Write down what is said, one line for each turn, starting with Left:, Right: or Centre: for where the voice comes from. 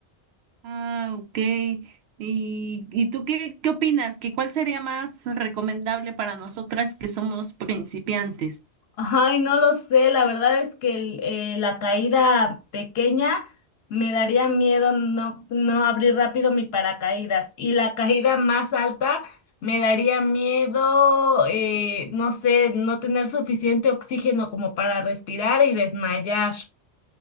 Right: Ah, ok. ¿Y, y tú qué, qué opinas? ¿Que cuál sería más recomendable para nosotras que somos principiantes?
Left: Ay, no lo sé, la verdad es que el- eh, la caída pequeña me daría miedo no, no abrir rápido mi paracaídas y la caída más alta me daría miedo, eh, no sé, no tener suficiente oxígeno como para respirar y desmayar.